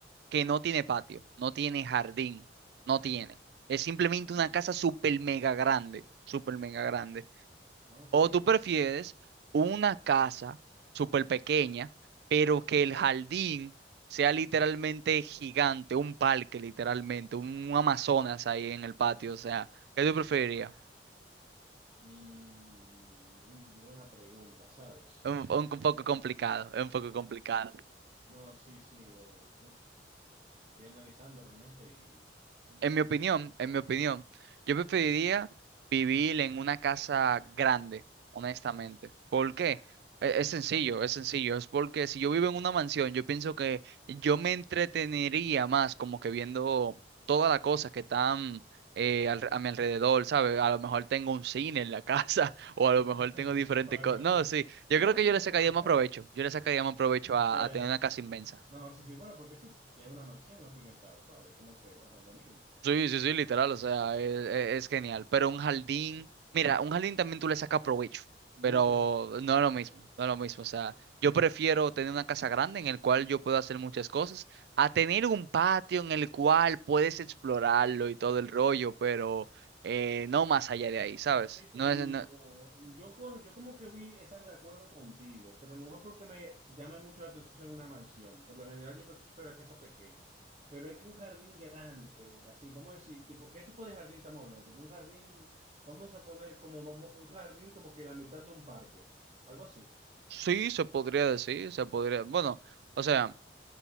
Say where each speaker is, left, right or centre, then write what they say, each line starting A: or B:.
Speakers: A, on the right (about 60°); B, on the right (about 35°).
A: que no tiene patio, no tiene jardín, no tiene. Es simplemente
B: Eso es posible.
A: una casa súper mega grande, súper mega
B: O-
A: grande.
B: ok.
A: ¿O tú prefieres una casa súper pequeña, pero que el jardín sea literalmente gigante, un parque literalmente, un Amazonas ahí en el patio? O sea, ¿qué tú preferirías?
B: Mm, muy buena pregunta, ¿sabes? Eso
A: Un,
B: es
A: un,
B: una-
A: un poco complicado,
B: bueno,
A: es un poco complicado.
B: no, sí, sí. eh, uf, estoy analizando realmente y... mm.
A: En mi opinión, en mi opinión, yo preferiría vivir en una casa grande, honestamente. ¿Por qué? E- Es sencillo, es sencillo. Es porque si yo vivo en una mansión, yo pienso que yo me entretenería más como que viendo todas las cosas que están eh, al- a mi alrededor, ¿sabes? A lo mejor tengo un cine en la casa <laughs> o a lo
B: <laughs>
A: mejor tengo diferentes
B: Algo
A: cosas.
B: así.
A: No, sí, yo
B: Bueno,
A: creo que
B: sí,
A: yo
B: es
A: le sacaría
B: una mansión.
A: más provecho. Yo le sacaría
B: Ajá.
A: más provecho a,
B: Ya,
A: a
B: ya.
A: tener una casa inmensa.
B: No, sí, sí, bueno, porque sí, es una mansión al fin y al cabo, ¿sabes? Como que, bueno, lo mínimo.
A: Sí, sí, sí, literal, o sea, es, es- es genial. Pero un jardín,
B: Pero
A: mira, un jardín también tú le sacas provecho,
B: Mucho
A: pero
B: provecho,
A: no es lo mismo,
B: mucho provecho.
A: no es lo mismo. O sea, yo prefiero tener una casa grande en el cual yo puedo hacer muchas cosas, a tener un patio en el cual puedes explorarlo y todo el rollo, pero eh, no más allá de ahí, ¿sabes?
B: ¿Qué te
A: No es,
B: digo?
A: no-
B: Yo, cor- yo como que voy a estar de acuerdo contigo, pero no es porque me llame mucho la atención una mansión. Por lo general yo prefiero la casa pequeña, pero es que un jardín grande, así, vamos a decir, tipo, ¿qué tipo de jardín estamos hablando? Tipo, un jardín, vamos a poner como vamos, un jardín como que la mitad de un parque, algo así.
A: sí, se podría decir, se podría, bueno, o sea.